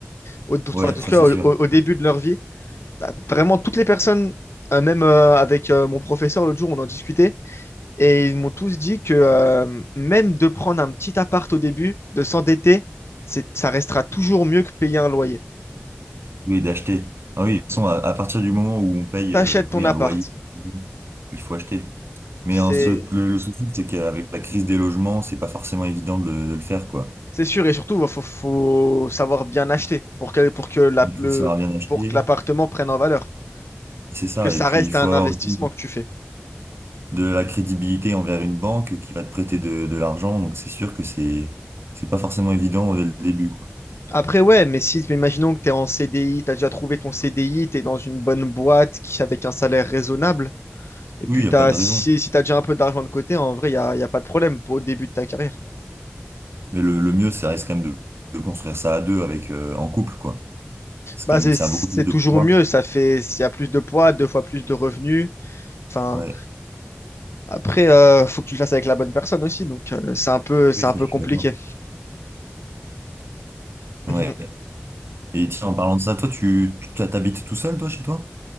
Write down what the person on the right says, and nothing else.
ouais,
ça
c'est
sûr.
Oui, d'acheter. Ah oui, de toute façon, à, à partir du moment où on paye
euh, oui,
un
loyer, il faut acheter. Mais
en ce- le, le souci, c'est qu'avec la crise des logements, c'est pas forcément évident de, de le faire, quoi.
Il
faut savoir bien acheter,
c'est ça.
Et puis,
il faut
avoir
aussi
de la crédibilité envers une banque qui va te prêter de, de l'argent. Donc, c'est sûr que c'est c'est pas forcément évident dès le début, quoi.
Oui, il n'y
a pas de
raison.
Mais le, le mieux, ça reste quand même de, de construire ça à deux avec euh, en couple, quoi. C'est
quand même,
ça
a beaucoup plus de
poids.
Ouais.
Oui,
ça,
je suis
d'accord.
Ouais. Et tiens, en parlant de ça, toi, tu, tu t'habites tout seul, toi, chez toi?